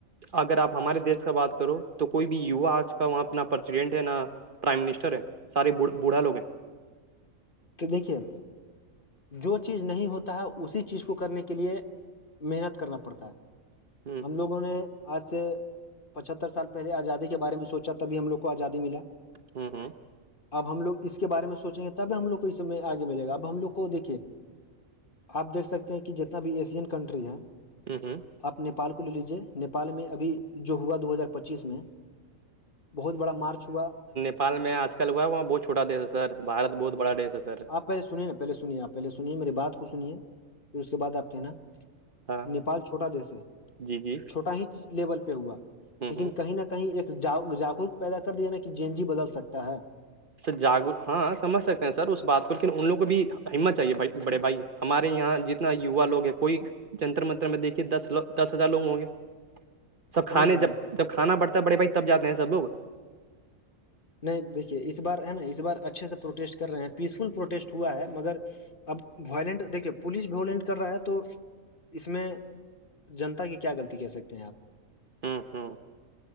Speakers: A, on the right; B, on the left.
A: اگر آپ ہمارے دیش کا بات کرو تو کوئی بھی وا آج کال وہاں اپنا پرریسیڈینٹ ہے نہا پرائم منسٹر ہے سار بوڑھا لو ہیں
B: تو دیکھیے جو چیز نہیں ہوتا ہے اسی چیز کو کرنے کے لیے محنت کرنا پڑتا ہے
A: ہوں
B: ہم لوگوں نے آج سے پچہتر سال پہے آزادی کے بارے میں سوچا تب ہم لوگ کو آزادی ملا
A: ہوں ہوں
B: اب ہم لوگ اس کے بارے میں سوچیں گے تب ہم لوگ کو اس س میں آگے ملے گا اب ہم لوگ کو دیکھے آپ دیکھ سکتے ہیں کہ جتنا بھی ایشین کنٹری ہیں
A: ہوں ہوں
B: آپ نیپال کو لے لیجے نیپال میں ابھی جو ہوا دو ہزار پچیس میں بہت بڑا مارچ ہوا
A: نپال میں آج کل ہوا وہاں بہت چوٹا دیش ہے سر بارت بہت بڑا دیش ہے سر
B: آپ پہلےنیے نا پہل سنیے آپہلے سنیے میری بات کو سنیے پھر اس کے بع آپ کہ نا
A: ہاں
B: نیپال چھوٹا دیس ہے
A: جی جی
B: چھوٹا ہی لیول پہ ہوا
A: ہوں
B: لیکن
A: ہوں
B: کہیں نہ کہیں کہیں ایکا جاگروک پیدا کر دیا نا کہ جے این جی بدل سکتا ہے
A: سر جاگرک ہاں سمجھ سکتے ہیں سر اس بات کو لیکن ان لوگ کو بھی ہمت چاہیے بھائی بڑے بھائی ہمارے یہاں جتنا وا لوگ ہیں کوئی جنتر منتر میں دیکھیے دس دس ہزار لوگ ہوں گے سب
B: ہاں
A: کھانے
B: جی ہاں
A: جب جب کھانا پڑتا ہے بڑے بھائی تب جاتے ہیں سب لوگ
B: نہیں دیکھیے اس بار ہے نا اس بار اچھے سے پروٹیسٹ کر رہے ہیں پیسفل پروٹیسٹ ہوا ہے مگر اب وائلنٹ دیکے پولیس بولینٹ کر رہا ہے تو اس میں جنتا کہ کیا غلطی کر سکتے ہیں آپ
A: ہوں ہوں